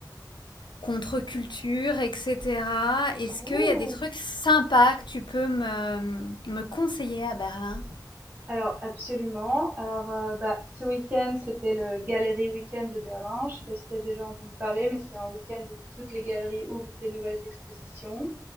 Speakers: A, on the left; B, on the right.
A: contre-culture, etc. Est-ce
B: Ouh.
A: qu'il y a des trucs sympas que tu peux me, me conseiller à Berlin?
B: Alors absolument. Alors euh, bah ce week-end c'était le Galerie Week-end de Berlin. Je sais pas si tu as déjà entendu parler, mais c'est un week-end où toutes les galeries ouvrent des nouvelles expositions.